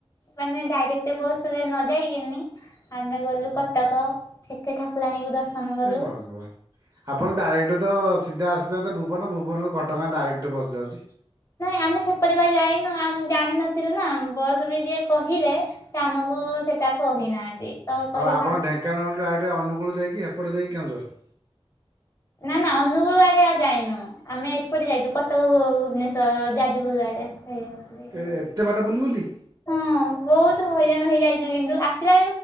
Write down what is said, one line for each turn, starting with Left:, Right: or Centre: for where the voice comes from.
Left: ମାନେ ଡାଇରେକ୍ଟ ବସ ରେ ନ ଯାଇକିନି ଆମେ ଗଲୁ କଟକ ସେଠି ଠାକୁରାଣୀ ଦର୍ଶନ କଲୁ
Right: ହେ ଭଗବାନ। ଆପଣ ଡାଇରେକ୍ଟ ତ ସିଧା ଆସିଥାନ୍ତେ ଭୁବନ ଭୁବନରୁ ଘଟଗାଁ ଡାଇରେକ୍ଟ ବସ ଯାଉଛି।
Left: ନାଇଁ ଆମେ ସେପଟେ ବା ଯାଇନୁ ଜାଣିନଥିଲୁ ନା ବସ ବି ଯିଏ କହିଲେ ସେ ଆମକୁ ସେଟା କହିନାହାନ୍ତି। ତ କହିଲେ
Right: ଆଉ ଆପଣ
Left: ଫାଷ୍ଟ
Right: ଢେଙ୍କାନାଳ ଡାଇରେଟ ଅନୁଗୁଳ ଦେଇକି ଏପଟେ ଦେଇକି କେଉଁଝର।
Left: ନା ନା ଅନୁଗୁଳୁ ଆଡେ ଆଉ ଯାଇନୁ। ଆମେ ଏପଟେ ଯାଇଛୁ କଟକ ଭୁବନେଶ୍ଵର ଯାଜପୁରୁ ଆଡେ ସେଇ ବାଟରେ ହିଁ
Right: ଏ
Left: ଯାଇଛୁ।
Right: ଏତେ ବାଟ ବୁଲି ବୁଲି?
Left: ହଁ ବହୁତ ହଇରାଣ ହେଇଯାଇଛୁ କିନ୍ତୁ ଆସିଲା